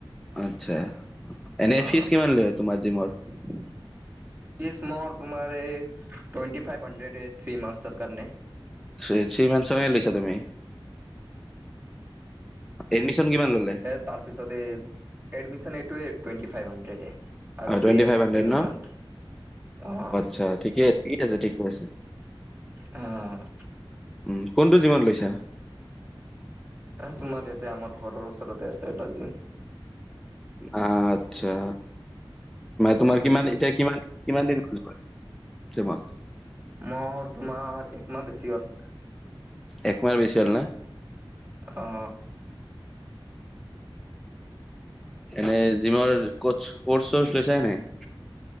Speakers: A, in the centre; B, on the right.
A: আচ্ছা, এনেই
B: অ
A: ফিজ কিমান লৈ তোমাৰ জিমৰ?
B: <unintelligible> ফিজ মোৰ তোমাৰ এই টোৱেনটি ফাইভ হণ্ড্ৰেড থ্ৰী মান্থচৰ কাৰনে।
A: থি- থ্ৰী মান্থচৰ কাৰনে লৈছা তুমি। এডমিচন কিমান ললে?
B: তাৰ পিছত এইটোৱেই টুৱেন্টি ফাইভ হান্দ্ৰেডেই। আৰু
A: অ
B: ফ্ৰী
A: টুৱেন্টি
B: আছে
A: ফাইভ হাণ্ড্ৰেড
B: তিনি
A: ন
B: মাহ অ'।
A: আচ্ছা ঠিকেই। ঠিক আছে ঠিকে আছে।
B: অ'অ'
A: উম' কোনটো জীমট গৈছা।
B: এ তোমাৰ দেউতা আমাৰ ঘৰৰ ওচৰতে আছে। এটা জিম
A: আ-হা আত্ছা
B: তাতে
A: তোমাৰ
B: লৈছো
A: কিমান এতিয়া কিমান কিমান দিন কৰিব পাৰে জিমত?
B: মোৰ তোমাৰ একমাহ বেছি হ'ল।
A: একমাহ বেচি হল না?
B: অ-হ।
A: এনেই জিমৰ কচ কৰ্চ -চৰ্চ লৈছে নে নাই?